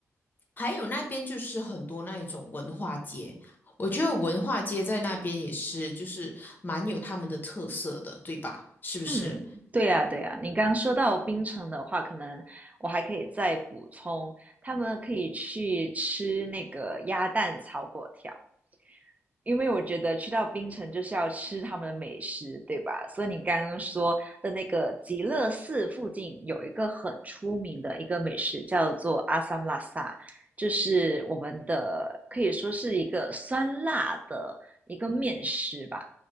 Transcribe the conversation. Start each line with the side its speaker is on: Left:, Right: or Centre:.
Left: 还有那边就是很多那一种文化街，我觉得文化街在那边也是，就是蛮有他们的特色的，对吧？是不是？
Right: 嗯，对呀，对呀。你刚刚说到槟城的话，可能我还可以再补充，他们可以去吃那个鸭蛋炒粿条。因为我觉得去到槟城就是要吃他们的美食，对吧？所以你刚刚说的那个极乐寺附近有一个很出名的一个美食，叫做阿萨姆拉萨，就是我们的可以说是一个酸辣的一个面食吧。